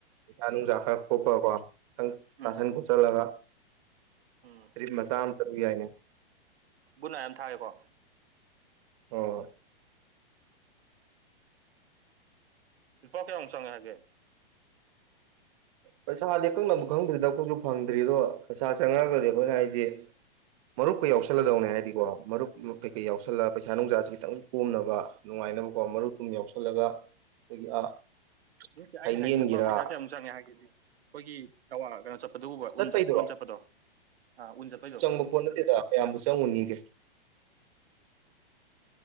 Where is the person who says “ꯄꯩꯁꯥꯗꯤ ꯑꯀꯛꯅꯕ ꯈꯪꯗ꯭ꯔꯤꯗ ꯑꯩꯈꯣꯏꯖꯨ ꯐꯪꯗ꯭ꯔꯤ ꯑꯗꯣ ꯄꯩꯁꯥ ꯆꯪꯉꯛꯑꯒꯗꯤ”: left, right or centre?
Right